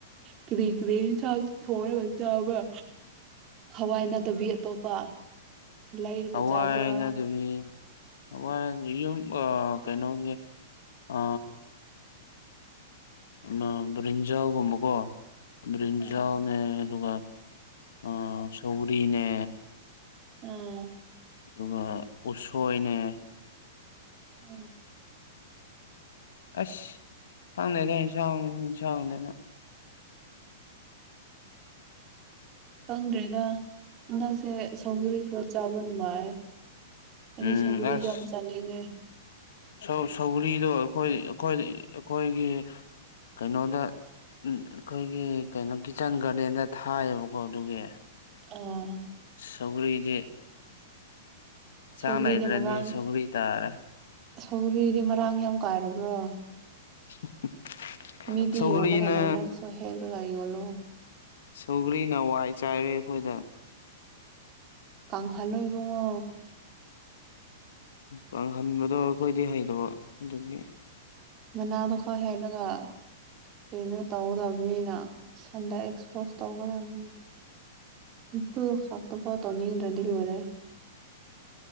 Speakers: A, on the right; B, on the left.
A: ꯀꯔꯤ ꯀꯔꯤ ꯌꯦꯟꯁꯥꯡ ꯊꯣꯡꯔꯒ ꯆꯥꯕ꯭ꯔ꯫ ꯍꯋꯥꯏ ꯅꯠꯇꯕꯤ ꯑꯇꯣꯞꯄ꯫ ꯂꯩꯔꯒ
B: ꯍꯋꯥꯏ
A: ꯆꯥꯕ꯭ꯔꯥ
B: ꯅꯗꯕꯤ ꯍꯋꯥꯏ ꯌꯨꯝ ꯑ ꯀꯩꯅꯣꯒꯤ ꯑ ꯑꯃ ꯕ꯭ꯔꯤꯟꯖꯥꯥꯜꯒꯨꯝꯕꯀꯣ ꯕ꯭ꯔꯤꯟꯖꯥꯜꯅꯦ
A: ꯑꯥ
B: ꯑꯗꯨꯒ ꯑꯥ ꯁꯧꯒꯔꯤꯅꯦ
A: ꯎꯝ
B: ꯑꯗꯨꯒ ꯎꯁꯣꯏꯅꯦ
A: ꯎꯝ
B: ꯑꯁ ꯈꯡꯗꯦꯅꯦ ꯏꯟꯁꯥꯡ ꯏꯟꯁꯥꯡꯅꯤꯅ
A: ꯈꯪꯗ꯭ꯔꯦꯗ ꯍꯟꯗꯛꯁꯦ ꯁꯧꯒꯔꯤ ꯈꯔ ꯆꯥꯕ ꯅꯨꯡꯉꯥꯏ ꯑꯩꯗꯤ
B: ꯎꯝ
A: ꯁꯪꯒꯔꯤ
B: ꯑꯁ
A: ꯌꯥꯝ ꯆꯥꯅꯤꯡꯉꯦ
B: ꯁꯧ ꯁꯧꯒ꯭ꯔꯤꯗꯣ ꯑꯩꯈꯣꯏ ꯑꯩꯈꯣꯏ ꯑꯩꯈꯣꯏꯒꯤ ꯀꯩꯅꯣꯗ ꯎꯝ ꯑꯩꯈꯣꯏꯒꯤ ꯀꯩꯅꯣ ꯀꯤꯠꯆꯟ ꯒꯥꯔꯗꯦꯟꯗ ꯊꯥꯏꯌꯦꯕꯀꯣ ꯑꯗꯨꯒꯤ
A: ꯑꯣ
B: ꯁꯧꯒ꯭ꯔꯤꯗꯤ ꯆꯥ
A: ꯁꯧꯒ꯭ꯔꯤꯗꯤ
B: ꯂꯩꯗ꯭ꯔꯗꯤ
A: ꯃꯔꯥꯡ
B: ꯁꯧꯒ꯭ꯔꯤ ꯇꯥꯔꯦ
A: ꯁꯧꯒ꯭ꯔꯤꯗꯤ ꯃꯔꯥꯡ ꯌꯥꯝ ꯀꯥꯏꯔꯕ꯭ꯔꯣ
B: <inaudible>
A: ꯃꯤꯗꯤ
B: ꯁꯧꯒ꯭ꯔꯤꯅ
A: ꯌꯣꯜꯂꯒꯥ ꯂꯩ ꯅꯪꯁꯨ ꯍꯦꯛꯔꯒ ꯌꯣꯜꯂꯣ
B: ꯁꯧꯒ꯭ꯔꯤꯅꯋꯥꯏ ꯆꯥꯏꯔꯦ ꯑꯩꯈꯣꯏꯗ
A: ꯀꯥꯡꯍꯜꯂꯣ ꯏꯕꯨꯡꯉꯣ
B: ꯄꯪꯍꯟꯕꯗꯣ ꯑꯩꯈꯣꯏꯗꯤ ꯍꯩꯇꯕ ꯑꯗꯨꯒꯤ
A: ꯃꯅꯥꯗꯣ ꯈꯔ ꯍꯦꯠꯂꯒ ꯀꯩꯅꯣ ꯇꯧꯗꯕꯅꯤꯅ ꯁꯟꯗ ꯑꯦꯛꯁꯄꯣꯖ ꯇꯧꯒꯗꯕꯅꯤ ꯑꯗꯨ ꯈꯥꯛꯇ ꯐꯥꯎ ꯇꯧꯅꯤꯡꯗ꯭ꯔꯗꯤ ꯂꯣꯏꯔꯦ